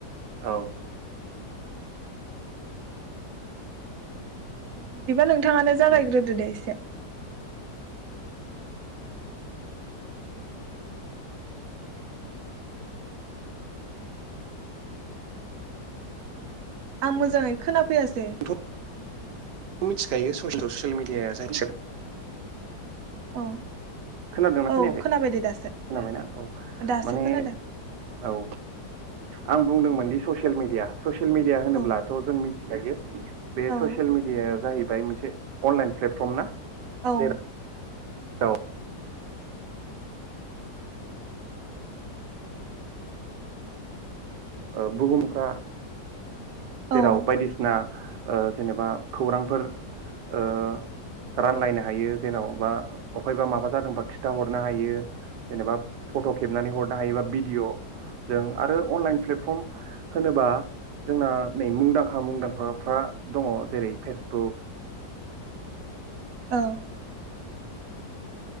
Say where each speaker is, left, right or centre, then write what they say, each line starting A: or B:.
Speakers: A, on the right; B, on the right.
A: औ।
B: बिदि बा नोंथाङानो जागायग्रोदो
A: उम
B: दे एसे आं मोजाङै खोनाफैयासै।
A: जोंथ' <unintelligible>
B: औ
A: खोनादोंना खोनायाखै
B: औ खोनाबाय दे दासो
A: खोनाबायना औ
B: दासो
A: माने
B: खोनादों
A: औ आं बुंदोंमोन दि ससियेल मिडिया। ससियेल मिडिया होनोब्लाथ'
B: औ
A: जों मिथिखायो। <inaudible> बे
B: औ
A: ससियेल मिडियाया जाहैबाय मोनसे अनलाइन प्लेटफर्म ना
B: औ
A: जेराव ओ बुहुमफ्रा जेराव
B: औ
A: बायदिसिना ओ जेनेबा खौरांफोर ओ रानलायनो हायो जेन'बा अफायबा माबा जादोंबा खिथाहरनो हायो। जेनेबा फट' खेबनानै हर नो हायो बा भिडिअ जों आरो अनलाइन प्ले टफर्म होनोबा जोंना नै मुंदांखा मुंदांखाफ्रा दङ जेरै फेसबुक
B: औ